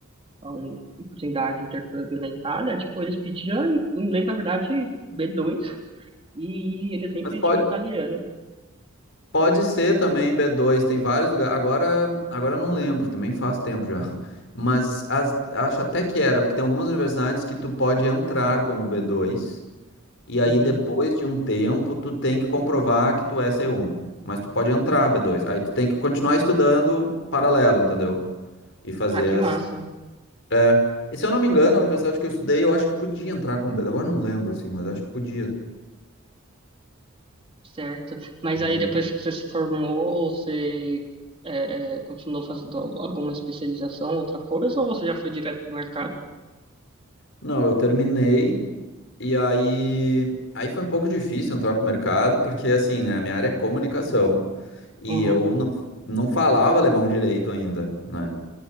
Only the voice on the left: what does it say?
Mas
pode,
Pode ser também b dois tem vários lugares. Agora, agora eu não lembro, também faz tempo já. <laughs> Mas as- acho até que era, porque tem algumas universidades que tu pode entrar com o b dois e
aí depois de um tempo tu tem que comprovar que tu é c um Mas tu pode entrar b dois Aí tu tem que continuar estudando paralelo, entendeu? E fazer
as. É. E se eu não me engano, a universidade que eu estudei, eu acho que podia entrar com B2. Agora eu não lembro, assim, mas acho que podia,
podia
entrar.
Não, eu terminei. E aí, aí foi um pouco difícil entrar pro mercado, porque assim, né, a minha área é comunicação e
eu não, não falava alemão direito ainda, né?